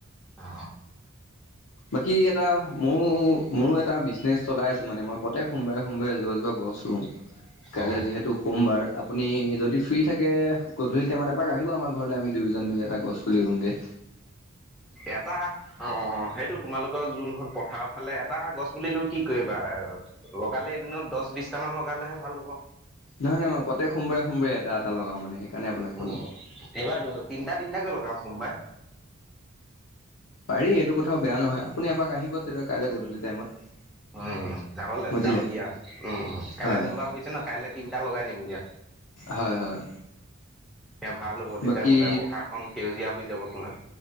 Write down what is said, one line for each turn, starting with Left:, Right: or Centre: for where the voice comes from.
Centre: অ।
Left: বাকী এটা মোৰো মোৰো এটা বিজনেচ চলাই আছো মানে মই প্ৰতেক। সোমবাৰে সোমবাৰে এোপাজোপা গছ োওঁ কাই
Centre: অ
Left: যিহেতু সোমবাৰ আপুনি যদি ফ্ৰী থাকে গধূলি টাইম এপাক আহিব আমাৰ ঘৰলৈ আমি দুয়োজন মিলি এটা গছ পুলি ৰুমগৈ।
Centre: এটা অ সেইটো তোমালোক যোনখন পথাৰৰ ফালে এটা গছ পিলৈ কি কৰিবা লগালে এদিনত দহ বিশছটামান লগা- লগালেহে ভাল হ'ব।
Left: নহয় নহয় প্ৰতেক সোমবাৰে সোমবাৰে এটা এটা লগাওঁ মানে সেইকাৰণে আপোনাক ক'লো।
Centre: উ এইবাৰ তিনটা তিনটা গে লগাম সোমবাই।
Left: পাৰি এইেইটো কথাও বেয়া নহয় আপুনি এপাক আহিব তেতিয়া কাইলৈ গধূলি টাইমত-
Centre: উম যাব লাগ
Left: বুজিলে।
Centre: যাম দিয়া উ কাইলে
Left: হয়
Centre: সোমবাৰ পছে ন কাইলৈ তিনটা লগাই নিম দিয়া।
Left: হয় হয়
Centre: সেয়া ভাল হ'ব তেতিয়া
Left: বাকী
Centre: গোটেই পথাৰখন সেউজীয়া হৈ যাব। তোমাৰ